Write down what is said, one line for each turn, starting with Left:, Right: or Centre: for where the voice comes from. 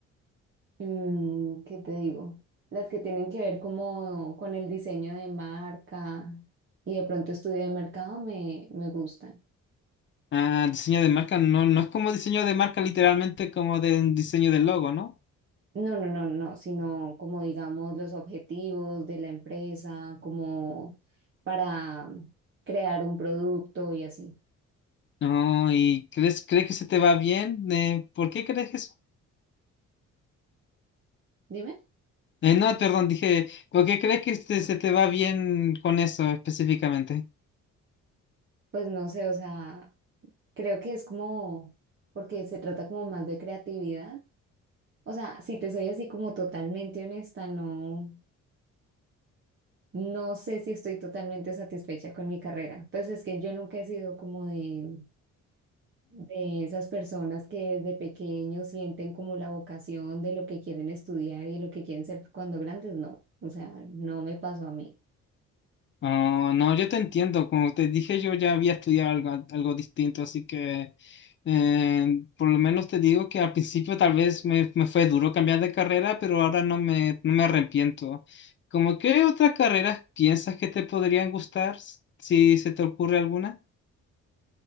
Right: Mm, ¿qué te digo? Las que tienen que ver como con el diseño de marca y de pronto estudio de mercado me, me gustan.
Left: Ah, diseño de marca, no, no es como diseño de marca literalmente como de un diseño del logo, ¿no?
Right: No, no, no, no, sino como digamos los objetivos de la empresa, como para crear un producto y así.
Left: No, ¿y crees, crees que se te va bien? Eh, ¿por qué crees que eso?
Right: Dime,
Left: Eh, no, perdón, dije, ¿por qué crees que este- se te va bien con eso específicamente?
Right: pues no sé, o sea, creo que es como, porque se trata como más de creatividad. O sea, si te soy así como totalmente honesta, no. No sé si estoy totalmente satisfecha con mi carrera. Pues es que yo nunca he sido como de, de esas personas que desde pequeños sienten como la vocación de lo que quieren estudiar y lo que quieren ser cuando grandes. No, o sea, no me pasó a mí.
Left: Ah, no, yo te entiendo, como te dije, yo ya había estudiado algo, algo distinto, así que eh, por lo menos te digo que al principio tal vez me, me fue duro cambiar de carrera, pero ahora no me, no me arrepiento. ¿Cómo qué otras carreras piensas que te podrían gustar, s- si se te ocurre alguna?